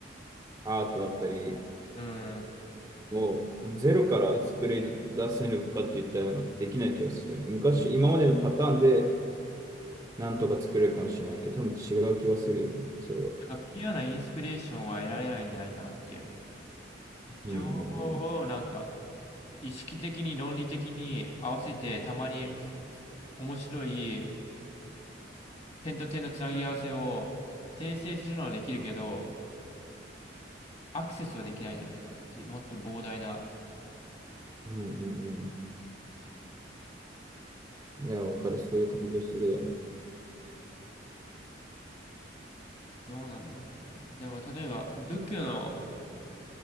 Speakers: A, on the right; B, on the left.
A: アートだったり
B: うん、
A: をゼロから作り出せるかって言ったらなんかできない気がするよね。昔、今までのパターンでなんとか作れるかもしれないけど、多分違う気がするよね、それは。
B: なんかピュアなインスピレーションは得られないんじゃないかなっていう。
A: うんうんうん。
B: 情報をなんか意識的に論理的に合わせてたまに面白い点と点のつなぎ合わせを生成するのはできるけど、アクセスはできないんじゃないかなっていう、もっと膨大な、
A: うんうんうん。いや、わかる。そういう感じがするわ。
B: どうなんだろうね。でも例えば仏教の